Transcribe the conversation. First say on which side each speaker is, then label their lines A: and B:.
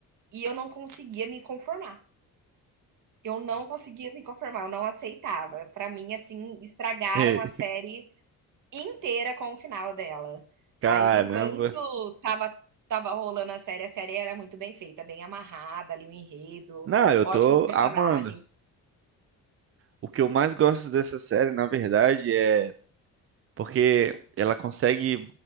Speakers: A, on the right; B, on the right.
A: e eu não conseguia me conformar. Eu não conseguia me conformar, eu não aceitava. Para mim, assim, estragaram
B: É,
A: a série inteira com o final dela.
B: Caramba.
A: Mas enquanto tava tava rolando a série, a série era muito bem feita, bem amarrada ali o enredo,
B: Não, eu
A: ótimos
B: tô
A: personagens.
B: amando. O que eu mais gosto dessa série, na verdade, é porque ela consegue